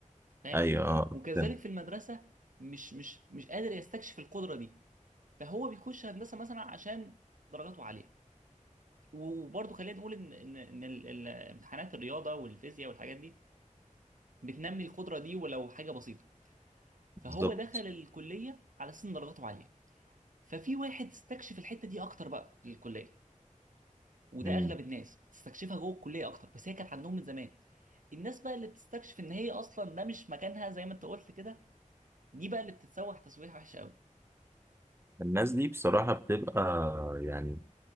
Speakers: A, on the right; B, on the right.
A: فاهم
B: ايوه اه
A: وكذلك
B: فهمت.
A: في المدرسه مش مش مش قادر يستكشف القدره دي فهو بيخش هندسه مثلا عشان درجاته عاليه وبرضه خلينا نقول ان ان ان ال- ال- امتحانات الرياضه والفيزياء والحاجات دي بتنمي القدره دي ولو حاجه بسيطه
B: بالظبط
A: فهو دخل الكليه على اساس ان درجاته عاليه ففي واحد استكشف الحته دي اكتر بقى في الكليه وده
B: مم.
A: اغلب الناس بتستكشفها جوه الكليه اكتر بس هي كانت عندهم من زمان الناس بقى اللي بتستكشف ان هي اصلا ده مش مكانها زي ما انت قلت كده دي بقى اللي بتتسوح تسويح وحش قوي
B: الناس دي بصراحة بتبقى يعني